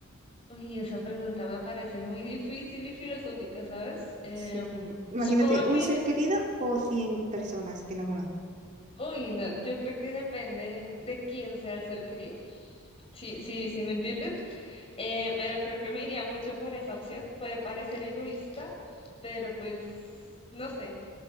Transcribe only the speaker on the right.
Sí. Imagínate,
un
ser querido o 100 personas que no conoces.